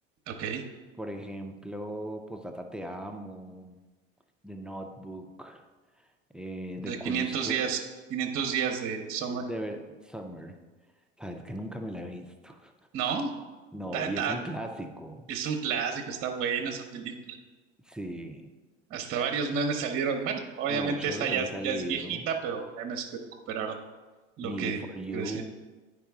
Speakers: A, on the right (about 35°); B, in the centre.
A: Ok,
B: Por ejemplo, Postdata Te Amo, The Notebook, eh,
A: de
B: The
A: quinientos
B: Curious que
A: días, 500 días de Summer,
B: de ver Summer. Sabes que nunca me la he visto. <laughs>
A: ¿no?
B: No,
A: Ta-
B: y
A: ta-
B: es un clásico.
A: es un clásico, está buena esa película.
B: Sí,
A: Hasta varios memes salieron, bueno, obviamente
B: muchos
A: esta ya,
B: han
A: es-
B: salido.
A: ya es viejita, pero memes que recuperaron lo
B: Me
A: que,
B: Before You,
A: que decía.